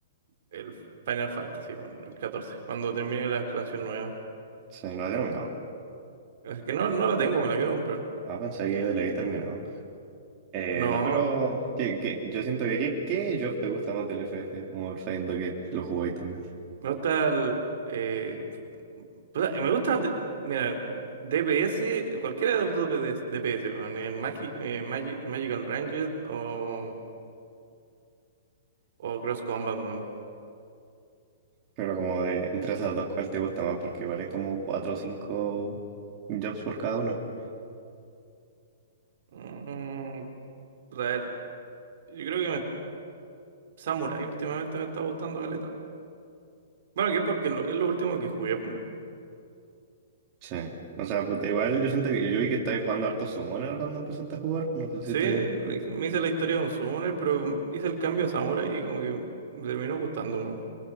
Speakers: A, on the right; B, on the right.
A: el Final Fantasy, bueno, el catorce, cuando termine la expansión nueva.
B: Sí, no he terminado.
A: Así que no, no la tengo, me la quiero comprar.
B: Ah, pensé que le había terminado. Eh,
A: No,
B: no, pero que, que, yo siento que ¿qué, qué job te gusta más del FF? Como sabiendo que lo jugó ahí también.
A: me gusta el... eh, o sea, me gusta, de- mira, DPS, cualquiera de los dos PDS DPS, weón, eh, Magi- eh, Magi- Magical Ranger o, o Cross Combat, weón.
B: Pero como de entre esas dos, ¿cuál te gusta más? Porque igual es como cuatro o cinco jobs por cada uno.
A: Mm, pues, a ver, yo creo que me- Samurai últimamente me está gustando caleta. Bueno, que porque lo- es lo último que jugué. po.
B: Sí. O sea, pues igual yo siento que yo vi que estabas jugando harto Summoner cuando empezaste a jugar. No sé si
A: Sí,
B: te,
A: me
B: si te
A: me hice la historia con Summoner, pero hice el cambio a Samurai y como que me terminó gustando. po.